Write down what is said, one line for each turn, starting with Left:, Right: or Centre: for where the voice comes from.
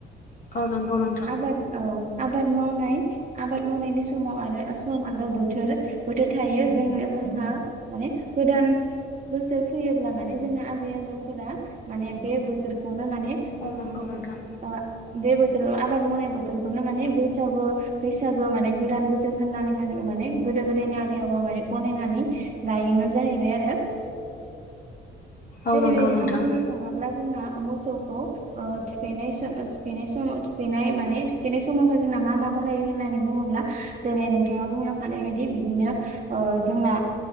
Left: औ नंगौ नोंथां
Right: आबाद औ आबाद मावनाय आबाद मावनायनि समाव आरो सम आरो बोथोर बोथोर थायो जों जोंहा माने गोदान बोसोर फैयोब्ला माने जोंना आजै आजौफोरा माने बे बोथोरखौ माने
Left: औ
Right: <unintelligible>
Left: नंगौ नोंथां
Right: बे बोथोराव आबाद मावनाय बोथोरखौनो माने बैसागु बैसागु माने गोदान बोसोर होननानै जों माने गोदो गोदायनि आबै आबौ माने गनायनानै लायोमोन जाहैबाय आरो। जेरै
Left: औ नंगौ
Right: बेहा
Left: नोंथां
Right: बुंनो थाङोब्ला जोंना मोसौखौ ओ थुखैनाय थुखैनाय समाव थुखैनाय माने थुखैनाय समावहाय जोंना मा मा बाहायो होननानै बुङोब्ला जेरै नोंथाङा बुं लांखानाय बायदि बिदिनो ओ जोंना